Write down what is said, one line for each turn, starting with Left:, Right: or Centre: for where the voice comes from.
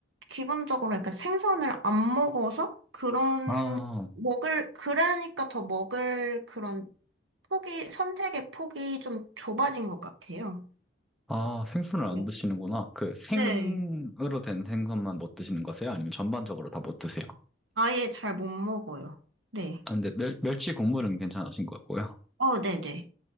Right: 기본적으로 약간 생선을 안 먹어서 그런,
Centre: 아,
Right: 먹을, 그러니까 더 먹을 그런 폭이, 선택의 폭이 좀 좁아진 것 같아요.
Centre: 아, 생선을 안
Right: 네.
Centre: 드시는구나. 그 생으로
Right: 네.
Centre: 된 생선만 못 드시는 거세요? 아니면 전반적으로 다 못 드세요?
Right: 아예 잘 못 먹어요. 네.
Centre: 아, 근데 멸, 멸치 국물은 괜찮으신 거고요.
Right: 어, 네네.